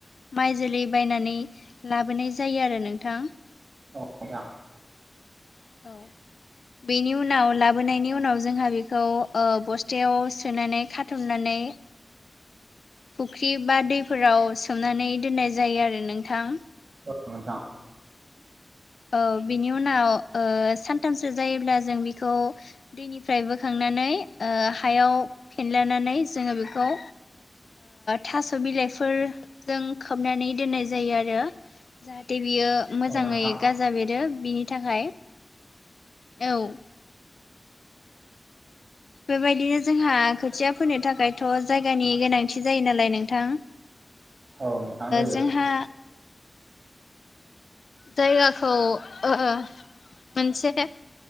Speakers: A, on the left; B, on the right.
A: माइ जोलै बायनानै लाबोनाय जायो आरो नोंथां
B: औ नोंथां
A: औ
B: <inaudible>
A: बेनि उनाव लाबोनायनि उनाव जोंहा बेखौ बस्थायाव सोनानै खाथुमनानै फुख्रि बा दैफोराव सोमनानै दोननाय जायो आरो नोंथां
B: औ नोंथां
A: औ बिनि उनाव ओ सानथामसो जायोब्ला जों बेखौ दैनिफ्राय बोखांनानै हायाव फेनलानानै जोङो बेखौ थास' बिलाइफोरजों खोबनानै दोननाय जायो आरो जाहाथे बियो मोजाङै
B: औ नोंथां
A: गाजा बेरो बिनि थाखाय औ बेबायदिनो जोंहा खोथिया फोनो थाखायथ' जायगानि गोनांथि जायो नालाय नोंथां
B: औ नोंथां जायो
A: जोंहा जायगाखौ मोनसे <unintelligible>